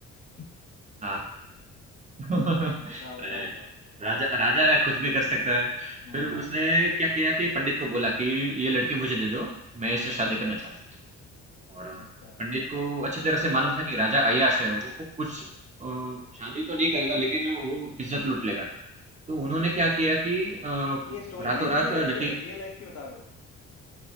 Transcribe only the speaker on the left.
<laughs>
हाँ, बताओ
बताओ बताओ
हाँ
हाँ
अच्छा
अरे
वाह
ये स्टोरी
है
रियल लाइफ
पे रियल लाइफ की बता रहे हो